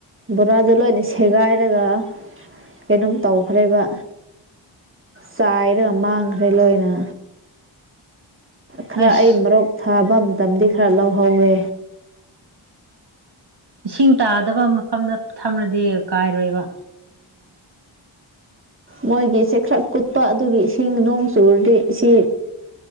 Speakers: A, on the right (about 25°); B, on the right (about 55°).
A: ꯕꯣꯔꯥꯗ ꯂꯣꯏꯅ ꯁꯦꯒꯥꯏꯔꯒ ꯀꯩꯅꯣꯝ ꯇꯧꯈ꯭ꯔꯦꯕ ꯆꯥꯏꯔꯒ ꯃꯥꯡꯈ꯭ꯔꯦ ꯂꯣꯏꯅ ꯈꯔ
B: ꯑꯁ
A: ꯑꯩ ꯃꯣꯔꯣꯛꯛ ꯊꯥꯕ ꯃꯇꯝꯗꯤ ꯈꯔ ꯂꯧꯍꯧꯋꯦ
B: ꯏꯁꯤꯡ ꯇꯥꯗꯕ ꯃꯐꯝꯗ ꯊꯝꯂꯗꯤ ꯀꯥꯏꯔꯣꯏꯕ
A: ꯃꯣꯏꯒꯤꯁꯦ ꯈꯔ ꯀꯨꯠꯄ ꯑꯗꯨꯒꯤ ꯏꯁꯤꯡ ꯅꯣꯡ ꯆꯨꯔꯗꯤ ꯁꯤ